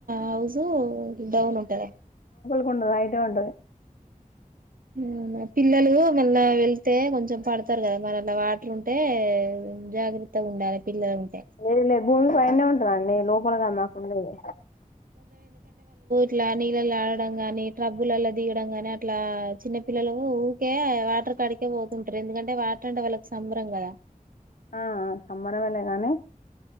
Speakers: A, on the right; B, on the left.
A: హౌజు డౌన్ ఉంటదా
B: కుండ బయటే ఉంటది
A: ఉమ్ పిల్లలు మళ్ళా వెళ్తే కొంచెం పడతారు కదా మరి అలా వాటర్ ఉంటే జాగ్రత్తగా ఉండాలి పిల్లలు ఉంటే
B: లేదు లేదు భూమి పైన్నే ఉంటదండి లో మాకుండేది
A: క్లానిగలు లాగడం కాని తబ్బుల్లలో దిగడం గాని ఇట్లా చిన్నపిల్లలు కే వాటర్ కడికే పోతుంటారు ఎందుకంటే వాటర్ అంటే వాళ్ళకి సంబరం కదా
B: ఆ సంబరమే లే గానీ